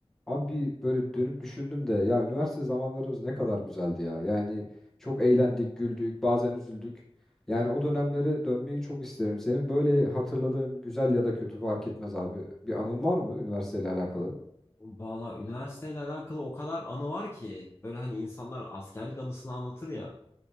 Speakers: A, in the centre; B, on the left.
A: Abi böyle dönüp düşündüm de ya üniversite zamanlarımız ne kadar güzeldi ya. Yani çok eğlendik, güldük, bazen üzüldük. Yani o dönemlere dönmeyi çok isterim. Senin böyle hatırladığın güzel ya da kötü fark etmez abi. Bir anın var mı üniversiteyle alakalı?
B: Valla üniversiteyle alakalı o kadar anı var ki böyle hani insanlar askerlik anısını anlatır ya.